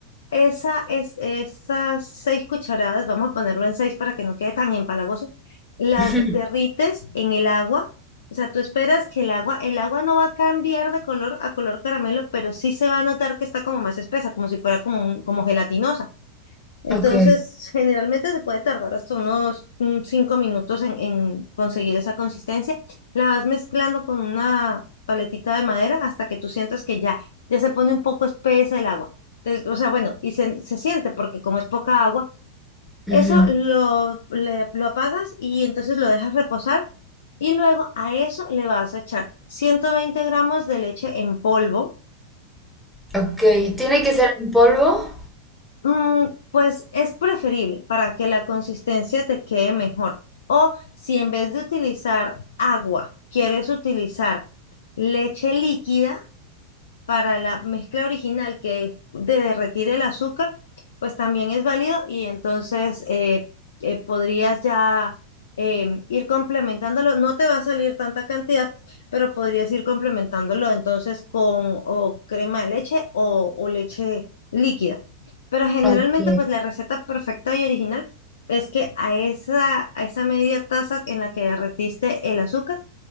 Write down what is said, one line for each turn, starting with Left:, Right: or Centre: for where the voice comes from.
Left: Esa es, esas seis cucharadas, vamos a ponerlo en seis para que no quede tan empalagoso, las
Centre: <laughs>
Left: derrites en el agua. O sea, tú esperas que el agua, el agua no va a cambiar de color a color caramelo, pero sí se va a notar que está como más espesa, como si fuera como, un- como gelatinosa. Entonces,
Centre: Ok,
Left: generalmente se puede tardar hasta unos mm, cinco minutos en, en conseguir esa consistencia. La vas mezclando con una paletita de madera hasta que tú sientas que ya, ya se pone un poco espesa el agua. Es- O sea, bueno, y se, se siente porque como es poca agua, eso
Centre: ujú,
Left: lo, le- lo apagas y entonces lo dejas reposar y luego a eso le vas a echar 120 gramos de leche en polvo.
Centre: Ok, ¿tiene que ser en polvo?
Left: Mm, pues es preferible para que la consistencia te quede mejor. O si en vez de utilizar agua, quieres utilizar leche líquida, para la mezcla original que es de derretir el azúcar, pues también es válido y entonces eh, eh, podrías ya em, ir complementándolo. No te va a salir tanta cantidad, pero podrías ir complementándolo entonces con o crema de leche o, o leche líquida. Pero generalmente,
Centre: Ok,
Left: pues la receta perfecta y original es que a esa, a esa media taza en la que derretiste el azúcar,